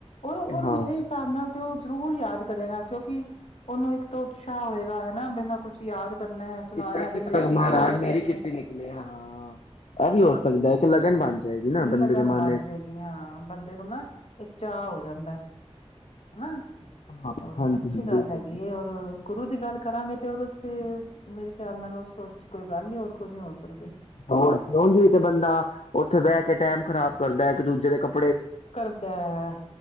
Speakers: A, on the left; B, on the left.
A: ਔਰ-ਔਰ
B: ਹਾਂ।
A: ਮੇਰੇ ਹਿਸਾਬ ਨਾਲ ਤੇ ਉਹ ਜ਼ਰੂਰ ਯਾਦ ਕਰੇਗਾ ਕਿਉਂਕ ਕੀ, ਉਹਨੂੰ ਇੱਕ ਤਾਂ ਉਤਸ਼ਾਹ ਹੋਏਗਾ, ਹੈਨਾ ਬੰਦਾ ਕੁੱਛ ਯਾਦ ਕਰਨਾ ਹੈ ਸੁਣਾਣਾ
B: ਕਿਦਾ
A: ਹੈ
B: ਕੀ
A: ਫਿਰ
B: ਪਤਾ,
A: ਮੇਰੀ ਕਿੱਟੀ
B: ਮਹਾਰਾਜ
A: ਵੀ ਨਿਕਲਦੀ
B: ਮੇਰੀ ਕਿੱਟੀ
A: ਹੈ
B: ਨਿਕਲੇ। ਹਾਂ, ਇਹ ਵੀ ਹੋ ਸਕਦਾ ਕਿ ਲਗਨ ਬਣ ਜਾਏਗੀ ਨਾ ਬੰਦੇ
A: ਲੱਗਣ
B: ਦੇ ਮਨ
A: ਬਣ
B: ਚ
A: ਜਾਏਗੀ, ਬੰਦੇ ਨੂੰ ਨਾ ਇਕ ਚਾ ਹੋ ਜਾਂਦਾ ਹੈ। ਹੈਣਾ।
B: ਹਾਂਜੀ-ਹਾਂਜੀ
A: ਹੋਰ ਅੱਛੀ, ਗੱਲ
B: ਬਿਲਕੁਲ।
A: ਹੈਗੀ ਐ, ਔਰ ਗੁਰੂ ਦੀ ਗੱਲ ਕਰਾਂਗੇ ਤੇ ਤੇ ਮੇਰੇ ਖਿਆਲ ਨਾਲ ਉਸ ਤੋਂ ਅਛੀ, ਕੋਈ ਗੱਲ ਨਹੀਂ ਹੋ ਸਕਦੀ।
B: ਹੋਰ, ਹੰਝੂ ਵੀ ਤੇ ਬੰਦਾ, ਉੱਥੇ ਬੈਕੇ ਟਾਈਮ ਖਰਾਬ ਕਰਦਾ ਹੈ, ਇੱਕ ਦੂਜੇ ਦੇ ਕੱਪ
A: ਕਰਦਾ ਹੈ।